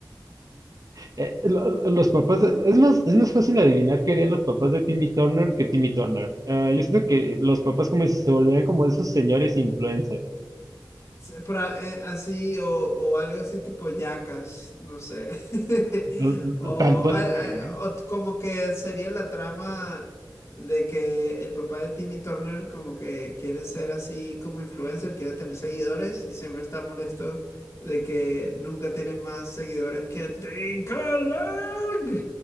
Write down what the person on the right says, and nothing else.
eh, lo- los papás de- es más, es más fácil adivinar qué harían los papás de Timmy Turner que Timmy Turner. Ah, yo siento que los papás como si se volvieran como esos señores influencers.
Los-
Tal puede
ser, ¿eh?